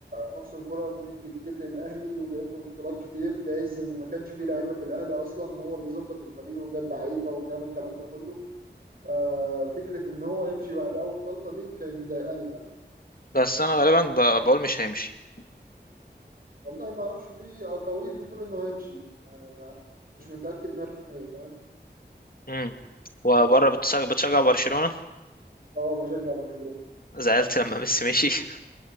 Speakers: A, on the right; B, on the left.
A: مارسيل كولر مدي كتير للاهلي وجايب له بطولات كتير في عز ان ما كانش فيه لعيبه في الاهلي اصلا هو اللي ظبط الفريق وجاب لعيبه وجاب الكلام ده كله آه، فكره ان هو يمشي بعد اول غلطه دي كانت مضايقاني بامانه
B: بس أنا غالبا ب- بقول مش هيمشي
A: والله ما اعرفش في اقاويل بتقول انه هيمشي يعني انا مش متاكد 100% فاهم
B: امم وبره بتشجع بتشجع برشلونة
A: اه بشجع برشلونه
B: زعلت لما ميسي مشي <laughs>